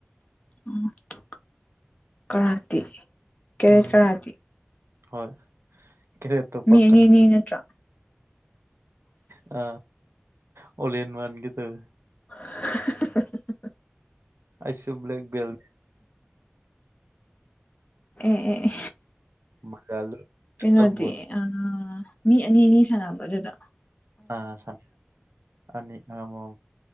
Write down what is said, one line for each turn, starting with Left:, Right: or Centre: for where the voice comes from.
Left: ꯑꯣ ꯀꯥꯔꯇꯤ ꯀꯦꯔꯦꯠ
Right: ꯎꯝ
Left: ꯀꯔꯥꯇꯤ
Right: ꯍꯣꯏ ꯀꯦꯔꯦꯠꯇꯣ
Left: ꯃꯤ
Right: ꯄꯛꯀꯅꯨ
Left: ꯑꯅꯤ ꯑꯅꯤ ꯅꯠꯇ꯭ꯔꯣ
Right: ꯑ ꯑꯣꯂꯦꯟ ꯃꯥꯟꯒꯦ ꯇꯧꯋꯤ
Left: ꯍ <unintelligible>
Right: ꯑꯩꯁꯨ ꯕ꯭ꯂꯦꯛ ꯕꯦꯜ
Left: ꯑꯦ ꯑꯦ
Right: ꯃꯖꯥꯜꯗꯣ
Left: ꯀꯩꯅꯣꯗꯤ
Right: ꯂꯝꯕꯣꯠ
Left: ꯑꯥ ꯃꯤ ꯑꯅꯤ ꯑꯅꯤ ꯁꯥꯟꯅꯕ꯭ꯔꯥ ꯑꯗꯨꯗꯣ
Right: ꯑꯥꯅ ꯑꯅꯤ ꯑꯃꯃꯝ